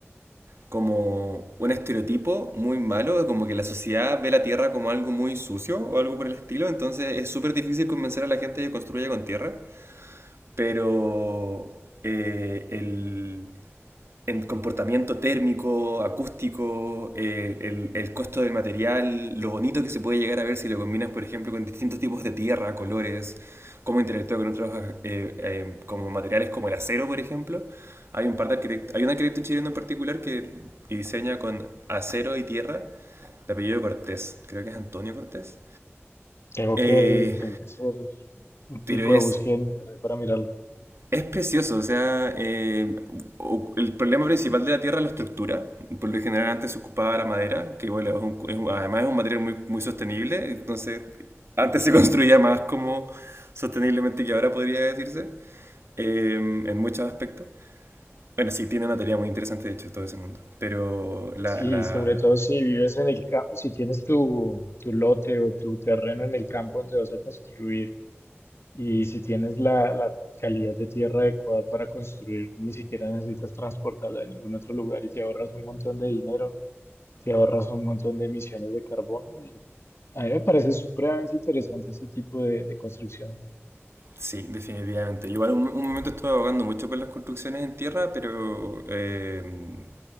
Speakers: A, on the right (about 65°); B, on the left (about 65°).
A: como un estereotipo muy malo, de como que la sociedad ve la Tierra como algo muy sucio o algo por el estilo, entonces es súper difícil convencer a la gente de que construya con tierra. Pero eh, el, en comportamiento térmico, acústico, eh, el, el costo del material, lo bonito que se puede llegar a ver si lo combinas, por ejemplo, con distintos tipos de tierra, colores, cómo interactúa con otros eh, eh, como materiales como el acero, por ejemplo. Hay un par de arquitect- hay un arquitecto chileno en particular que diseña con acero y tierra, de apellido Cortés, creo que es Antonio Cortés.
B: Tengo
A: Eh,
B: que, tengo que hacer un tipo
A: pero es
B: de búsqueda en internet para mirarlo.
A: Es precioso, o sea, eh, o- el problema principal de la tierra es la estructura. Por lo general antes se ocupaba la madera, que bueno, es un- es un- además es un material muy, muy sostenible, entonces antes se <laughs> construía más como sosteniblemente que ahora podría decirse, eh, en muchos aspectos. Bueno, sí, tiene una teoría muy interesante de hecho todo ese mundo, pero la,
B: Sí,
A: la-
B: sobre todo si vives en el campo, si tienes tu, tu lote o tu terreno en el campo donde vas a construir y si tienes la, la calidad de tierra adecuada para construir, ni siquiera necesitas transportarla de ningún otro lugar y te ahorras un montón de dinero, te ahorras un montón de emisiones de carbono y a mí me parece supremamente interesante este tipo de, de construcción.
A: sí, definitivamente. Yo igual un, un momento estuve abogando mucho por las construcciones en tierra, pero... eh,